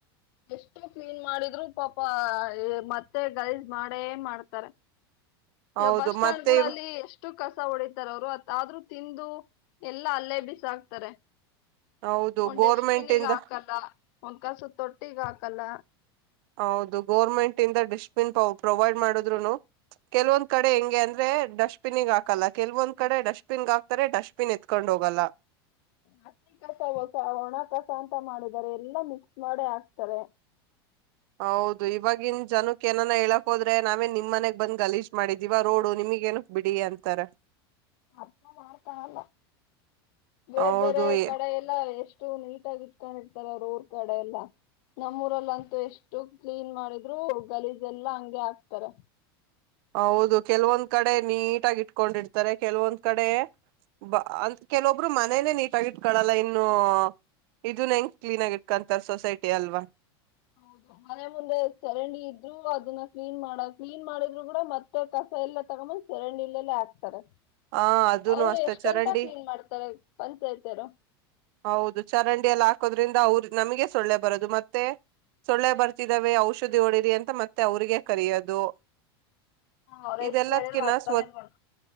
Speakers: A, on the left (about 60°); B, on the right (about 60°).
A: ಎಷ್ಟೋ ಪಿಲ್ಮ್ ಮಾಡಿದರು ಪಾಪ ಮತ್ತೆ ಗೌಡ್ ಮಾಡೇ ಮಾಡ್ತಾರೆ
B: ಹೌದು
A: ಇವಾಗ ಬಸ್ ಸ್ಟಾಂಡ್
B: ಮತ್ತೆ
A: ಗಳಲ್ಲಿ ಎಸ್ಟು ಕಸ ಹೊಡೀತಾರೆ ಆದರೂ ತಿಂದು ಎಲ್ಲಾ ಅಲ್ಲೇ ಬಿಸಾಕ್ತಾರೆ
B: ಹೌದು
A: ಒಂದ್
B: ಗೋರ್ಮೆಂಟ್
A: ಡೆಸ್ಟ್ ಬಿನ್ಗೆ
B: ಇಂದ
A: ಹಾಕಲ್ಲ ಒಂದ್ ಕಸದ ತೊಟ್ಟಿಗೆ ಹಾಕಲ್ಲ
B: ಹೌದು ಗೌರ್ಮೆಂಟ್ ಇಂದ ಡೆಸ್ಟಾಬಿನ್ ಪ್ರವೈಡ ಮಾಡಿದರುನೂ ಕೆಲವು ಒಂದು ಕಡೆ ಎಂಗೆ ಅಂದರೆ ಡೆಸ್ಟಾಬಿನ್ಗೆ ಹಾಕಲ್ಲ ಕೆಲವೊಂದು ಕಡೆ ಡೆಸ್ಟೇಬಿಂಗ್ ಹಾಕ್ತಾರೆ ಡೆಸ್ಟೇಬಿಂಗ್ ಎತ್ತಿಕೊಂಡು ಹೋಗಲ್ಲ
A: ಹಸಿ ಕಸ ಒಣ ಕಸ ಅಂತ ಮಾಡಿದಿದ್ದಾರೆ ಎಲ್ಲಾ ಮಿಕ್ಸ್ ಮಾಡೇ ಹಾಕ್ತಾರೆ
B: ಹೌದು ಇವಾಗಿನ್ ಜನಕ್ಕೆ ಏನ ಹೇಳಕ್ ಹೋದ್ರೆ ನಾವೇ ನಿಮ್ ಮನೆಗ್ ಬಂದ್ ಗಲೀಜ್ ಮಾಡಿದ್ವ ರೋಡು ನಿಮಗ್ ಏನಕ್ ಬಿಡಿ ಅಂತಾರ
A: ಮತ್ತ ಮಾಡ್ತಾನಲ್ಲ ಬೇರೆ
B: ಹೌದು
A: ಬೇರೆ
B: ಎ-
A: ಕಡೆ ಎಲ್ಲ ಎಷ್ಟ ಎಷ್ಟು ನೀಟಾಗಿ ಇಟ್ಕೊಂಡಿರ್ತಾರೆ ಅವರುರ್ ಕಡೆ ಎಲ್ಲಾ ನಮ್ಮೂರಲ್ಲಂತೂ ಎಷ್ಟು ಕ್ಲೀನ್ ಮಾಡಿದ್ರು ಗಲೀಜ ಎಲ್ಲಾ ಹಂಗಗೆ ಹಾಕ್ತಾರೆ
B: ಹೌದು ಕೆಲವೊಂದ್ ಕಡೆ ನೀಟಗ ಇಟ್ಕೊಂಡಿಡ್ತಾರೆ ಕೆಲವೊಂದ್ ಕಡೆ ಬ ಅಂತ ಕೆಲವೊಬ್ರು ಮನೇನೆೇ ನೀಟಗ ಇಟ್ಕೊಳಲ್ಲ ಇನ್ನು ಇದನ್ ಹೆಂಗ್ ಕ್ಲೀನ್ ಆಗ ಇಟ್ಕೊಂತಾರೆ ಸೊಸೈಟಿ ಅಲ್ವಾ
A: ಹೌದು ಮನೆ ಮುಂದೆ ಚರಂಡಿ ಇದ್ರು ಅದನ್ನ ಕ್ಲೀನ್ ಮಾಡ ಕ್ಲೀನ್ ಮಾಡಿದ್ರು ಕೂಡ ಮತ್ತೆ ಕಸ ಎಲ್ಲ ತಗೊಂಬಂದ್ ಚರಂಡಿ ಇಲ್ಲೆಲ್ಲ ಹಾಕ್ತಾರೆ
B: ಹ ಅದನು
A: ಅವರು
B: ಅಷ್ಟೇ
A: ಎಷ್ಟಂತ
B: ಚರಂಡಿ
A: ಕ್ಲೀನ್ ಮಾಡ್ತಾರೆ ಪಂಚಾಯತಿಯರು
B: ಹೌದು ಚರಂಡಿಯ ಎಲ್ಲಿ ಹಾಕೋದ್ರಿಂದ ಅವ್ರ ನಮಗೆ ಸೊಳ್ಳೆ ಬರೋದು ಮತ್ತೆ ಸೊಳ್ಳೆ ಬರ್ತಿದಾವೆ ಔಷಧಿ ಹೊಡಿರಿ ಅಂತ ಮತ್ತೆ ಅವ್ರಿಗೆ ಕರಿಯೋದು
A: ಅವ್ರ್
B: ಇದೆಲ್ಲದಕನಾ
A: ಎಷ್ಟ್ ಹೇಳಿದ್ರು ಅರ್ಥನೇ
B: ಸ್ವಚ್
A: ಮಾಡ್~